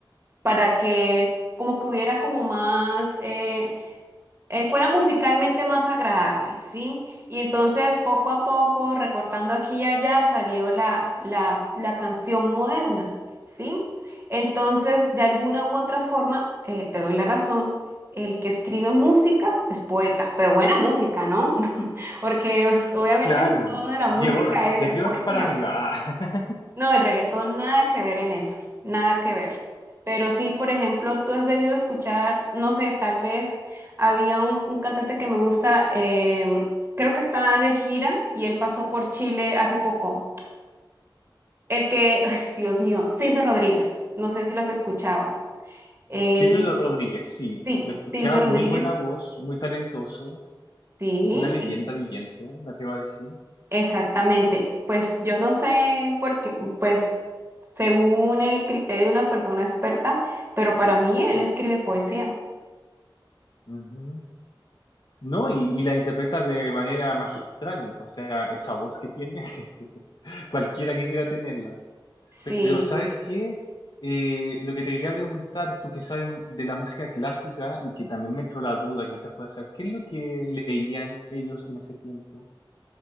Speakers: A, on the right; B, on the left.
A: para que como que hubiera como más, eh, eh, fuera musicalmente más agradable, ¿sí? Y entonces poco a poco, recortando aquí y allá, salió la, la, la canción moderna, ¿sí? Entonces, de alguna u otra forma, eh, te doy la razón, el que escribe música es poeta, pero buena música, ¿no? <laughs> Porque obviamente
B: claro.
A: no todo de la
B: Björk,
A: música es
B: de
A: es
B: Björk
A: poesía.
B: para arriba. Ah. <laughs>
A: No, el reggaetón nada que ver en eso, nada que ver. Pero sí, por ejemplo, tú has debido escuchar, no sé, tal vez había un, un cantante que me gusta, em, creo que está de gira y él pasó por Chile hace poco. El que, <laughs> ay, Dios mío, Silvio Rodríguez, no sé si lo has escuchado. Él,
B: Silvio Rodríguez, sí,
A: sí,
B: lo he escuchado,
A: Silvio Rodríguez,
B: muy buena voz, muy talentoso,
A: sí,
B: una leyenda
A: y-
B: viviente, me atrevo a decir.
A: exactamente. Pues yo no sé, porque, pues, según el criterio de una persona experta, pero para mí él escribe poesía.
B: Ujú. No, y, y la interpreta de manera magistral, o sea, esa voz que tiene, <laughs> cualquiera quisiera tenerla.
A: Sí.
B: Pero ¿sabes qué? Eh, lo que te quería preguntar, tú que sabes de la música clásica y que también me entró la duda, quizás puedas saber, ¿qué es lo que leían ellos en ese tiempo?